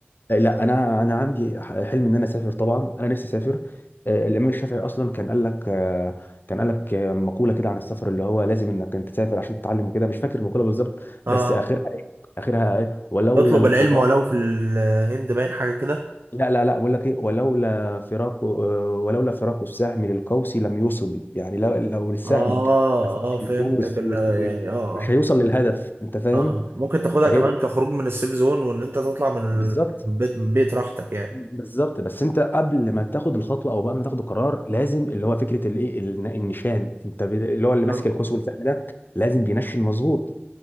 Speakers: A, on the left (about 55°); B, on the right (about 65°).
A: لا انا انا عندي حلم ان انا اسافر طبعا انا نفسي اسافر آه، الامام الشافعي اصلا كان قال لك آه، كان قال لك آه، مقوله كده عن السفر اللي هو لازم انك انت تسافر عشان تتعلم وكده مش فاكر المقوله بالظبط
B: اه
A: بس اخرها ايه اخرها ايه ولولا
B: اطلب
A: الفراق
B: العلم ولو في الهند باين حاجة كده
A: لا لا لا بقول لك ايه ولولا فراق آه، ولولا فراق السهم للقوس لم يصب يعني لو لو السهم
B: اه
A: ما سابش
B: اه فهمتك
A: القوس
B: ان
A: و- و-
B: يعني اه
A: مش هيوصل للهدف انت فاهم
B: اه اه ممكن تاخدها
A: فهي
B: كمان
A: دي
B: كخروج من السيف زون وان انت تطلع من
A: بالظبط
B: البيت من بيت راحتك يعني
A: بالظبط بس انت قبل ما تاخد الخطوه او قبل ما تاخد القرار لازم اللي هو فكره الايه الن- النشان انت ب- اللي هو اللي
B: اه
A: ماسك القوس والسهم ده لازم بينشن مظبوط